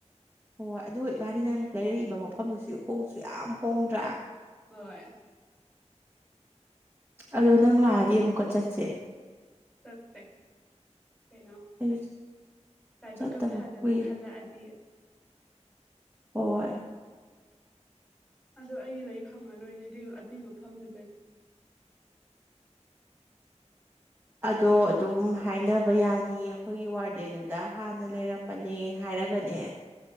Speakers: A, on the right (about 15°); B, in the centre.
A: ꯍꯣꯏ ꯑꯗꯨꯒ ꯏꯕꯥꯅꯤꯅ ꯂꯩꯔꯛꯏꯕ ꯃꯐꯝꯗꯨꯁꯨ ꯍꯣꯡꯁꯨ ꯌꯥꯝ ꯍꯣꯡꯗ꯭ꯔꯥ
B: ꯍꯣꯏ
A: ꯑꯗꯣ ꯅꯪ ꯂꯥꯛꯑꯗꯤ ꯑꯃꯨꯛꯀ ꯆꯠꯁꯦ
B: ꯆꯄꯦ ꯀꯩꯅꯣ
A: ꯑꯩ
B: ꯂꯥꯏꯕꯛꯀ
A: ꯆꯠꯇꯕ
B: ꯐꯗꯅ
A: ꯀꯨꯏꯔꯦ
B: ꯈꯜꯂꯛꯑꯗꯤ
A: ꯑꯣ
B: ꯑꯗ ꯑꯩꯒꯤ ꯂꯩ ꯐꯪꯉꯔꯣꯏꯅꯦ ꯑꯗꯨ ꯑꯗꯨꯏ ꯃꯐꯝꯗꯨꯗꯗꯤ
A: ꯑꯗꯣ ꯑꯗꯨꯝ ꯍꯥꯏꯅꯕ ꯌꯥꯅꯤꯌꯦ ꯑꯩꯈꯣꯏꯒꯤ ꯋꯥꯔꯗꯦꯟꯗꯨꯗ ꯍꯥꯟꯅ ꯂꯩꯔꯝꯕꯅꯦ ꯍꯥꯏꯔꯒꯅꯦ